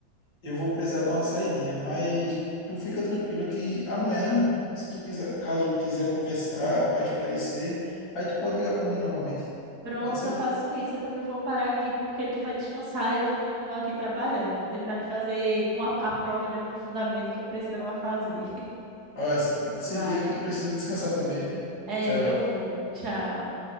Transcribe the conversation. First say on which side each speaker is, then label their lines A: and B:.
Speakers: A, on the left; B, on the right.
A: eu vou precisar dar uma saidinha, mas tu fica tranquila que amanhã, se tu quiser, caso quiser conversar, para esparecer, aí tu pode ligar para mim novamente.
B: Pronto,
A: Pode ser?
B: eu faço isso. Eu também vou parar aqui porque tu vai descansar e eu vou continuar aqui trabalhando. Vou terminar de fazer uma, a prova de aprofundamento que eu precisava fazer.
A: Ah, se se
B: <laughs> Vai.
A: liga que tu precisa descansar também, vi.
B: É,
A: Tchau.
B: eu vou. Tchau.